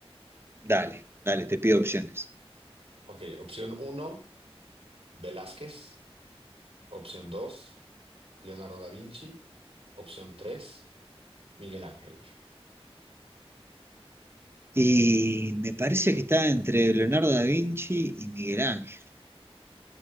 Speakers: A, on the right; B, on the right.
A: dale, dale, te pido opciones.
B: Ok, opción uno, Velázquez. Opción 2, Leonardo da Vinci. Opción 3, Miguel Ángel.
A: Y me parece que está entre Leonardo da Vinci y Miguel Ángel.